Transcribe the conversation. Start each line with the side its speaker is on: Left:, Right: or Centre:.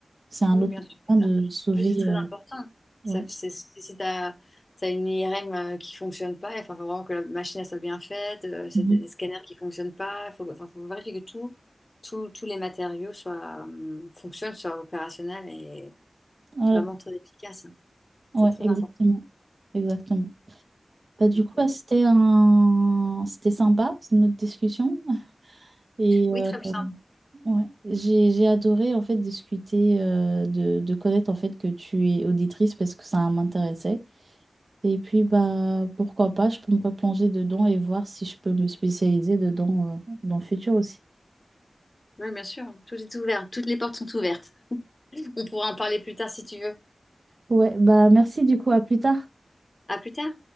Right: C'est un
Left: Oui,
Right: autre
Left: bien sûr, c'est
Right: moyen
Left: ça.
Right: de sauver.
Left: En plus, c'est très
Right: euh,
Left: important. Ça,
Right: ouais.
Left: c'est, c'est- si tu as, une IRM euh, qui fonctionne pas, il faut vraiment que la machine elle soit bien faite, euh, c'est
Right: Mhm.
Left: des des scanners qui fonctionnent pas, faut, enfin, faut vérifier que tout, tout- tous les matériaux soient, euh, fonctionnent, soient opérationnels et
Right: Voilà
Left: vraiment
Right: quoi.
Left: très efficaces. hein.
Right: Ouais,
Left: C'est très
Right: exactement.
Left: important.
Right: Exactement. Bah, du
Left: Donc,
Right: coup,
Left: euh,
Right: bah, c'était un... c'était sympa, c'est notre discussion. <laughs> Et
Left: Oui,
Right: euh,
Left: très bien.
Right: ouais, j'ai, j'ai adoré en fait discuter, euh, de, de connaître en fait que tu es auditrice parce que ça m'intéressait. Et puis, bah, pourquoi pas, je peux me replonger dedans et voir si je peux me spécialiser dedans, euh, dans le futur aussi.
Left: Oui, bien sûr. hein. Tout est ouvert. Toutes les portes sont ouvertes. On pourra en parler plus tard si tu veux.
Right: Ouais, bah merci du coup, à plus tard.
Left: À plus tard.